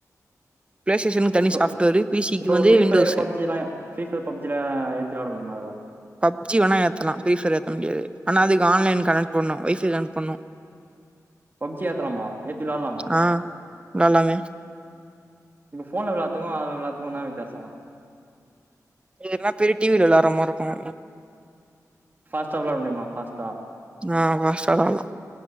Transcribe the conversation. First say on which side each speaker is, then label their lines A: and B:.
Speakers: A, on the right (about 20°); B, on the right (about 35°).
A: பிளே ஸ்டேஷனுக்கு தனி
B: இப்ப
A: சாஃப்ட்வேர் பிசிக்கு
B: இப்போ
A: வந்து
B: ஃப்ரீ
A: விண்டோஸ்
B: ஃபயர் பப்ஜிலா ஃப்ரீ ஃபயர் பப்ஜிலா ஏத்தி வெளாட முடியுமா அதுல
A: பப்ஜி வேணா ஏத்தலா ஃப்ரீஃபயர் ஏத்த முடியாது ஆனா அதுக்கு ஆன்லைன் கனெக்ட் பண்ணும் ஒய்ஃபை கனெட் பண்ணும்
B: பப்ஜி ஏத்தலாமா ஏத்தி விளாலாமா
A: ஆ விளாடலாமே
B: இப்ப போன்ல விளாத்துக்கும் அதுல விளாத்துக்கும் என்ன வித்தியாசொ
A: இது னா பெரிய டிவில விள்ளாட்ற மார்ருக்கும்
B: ஃபாஸ்டா வெளாட முடியுமா ஃபாஸ்டா
A: ஆஹ் ஃபாஸ்டா வெளாட்லா